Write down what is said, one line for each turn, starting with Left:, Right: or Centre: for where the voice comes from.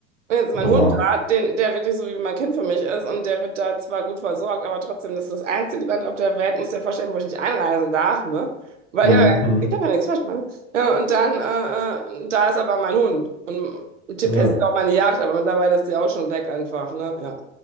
Right: Und jetzt ist mein
Left: uha.
Right: Hund da, den, der wirklich so wie mein Kind für mich ist. Und der wird da zwar gut versorgt, aber trotzdem, das ist das einzige Land auf der Welt, muss dir vorstellen, wo ich nicht einreisen darf, ne? Weil
Left: Hm,
Right: ich habe ja,
Left: hm,
Right: ich hab ja nichts falsch gemacht. ne? Ja, und dann, äh, äh, da ist aber mein Hund. Und der
Left: ja.
Right: persiert auch meine Yacht, aber mittlerweile ist die auch schon weg einfach, ne? Ja.